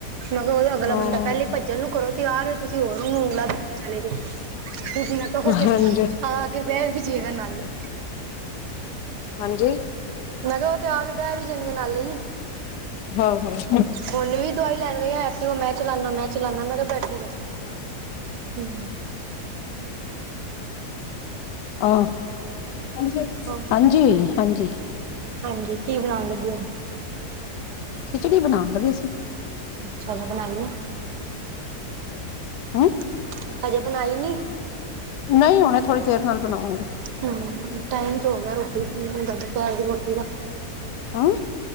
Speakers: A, on the right (about 80°); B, on the left (about 85°).
A: ਮੈਂ ਕੈ ਔ ਤੇ ਅਗਲਾ
B: ਹਾਂ
A: ਬੰਦਾ ਪੈਲੇ ਈ ਭੱਜਣ ਨੂੰ ਘਰੋ ਤਿਆਰ ਔ ਤੁਸੀਂ ਹੋਰ ਵੀੰਗਲਾ <unintelligible> ਚਲੇ ਜੋ, ਮੈਂ ਕੇਹੋਰ ਕੇ
B: ਹਾਂਜੀ
A: ਆ ਕੇ ਬੈ ਕੀ ਚੀਏਗਾ ਨਾਨੀ
B: ਹਾਂਜੀ।
A: ਮੈਂ ਕਿਆ ਔ ਤੇ ਆ ਕੇ ਬੈ ਵੀ ਜਾਣਗੇ ਨਾਲੇ ਈ।
B: ਹਾਂ ਹਾਂ
A: ਹੋਣ ਵੀ ਦਵਾਈ ਲੈਣ ਗਏ ਆ, ਐਕਟਿਵਾ ਮੈਂ ਚਲਾਨਾ ਮੈਂ ਚਲਾਨਾ ਮੈਂ ਕੈ ਬੈਠੇ ਰੋ, ਹੂੰ।
B: ਆਹ। ਹਾਂਜੀ
A: ਹਾਂ
B: ਹਾਂਜੀ ਹਾਂਜੀ।
A: ਹਾਂਜੀ, ਕੀ ਬਣਾਣ ਲੱਗੇ ਔ?
B: ਖਿਚੜੀ ਬਣਾਣ ਲੱਗੀ ਸੀ।
A: ਚੱਲੋ ਬਣਾਲੂ। <inaudible>
B: ਹਮ
A: ਹਜੇ ਬਣਾਈ ਨੀ।
B: ਨਹੀਂ ਹੁਣੇ ਥੋੜ੍ਹੀ ਦੇਰ ਨਾਲ ਬਣਾਵਾਂਗੇ
A: ਹੂੰ, ਟਾਈਮ ਤੇ ਹੋ ਗਿਐ ਰੋਟੀ ਫੀ ਮੰਗਾ ਦੇ। ਦੁਪੈਰ ਦੀ ਰੋਟੀ ਦਾ,
B: ਹਮ